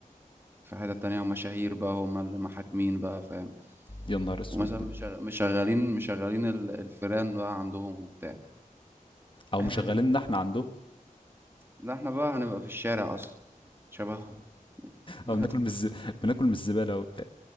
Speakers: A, on the right (about 15°); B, on the left (about 35°).
A: في حتة تانية ومشاهير بقى هم اللي محاكمين بقى فاهم
B: يا نهار اسود
A: ومثلا مشغ- مشغلين مشغلين ال- الفيران بقى عندهم وبتاع
B: او
A: <laughs>
B: مشغليننا احنا عنده <laughs>
A: لا احنا بقى هنبقى في الشارع اصلا شبههم <laughs>
B: او بناكل من الز... بناكل من الزباله وبتاع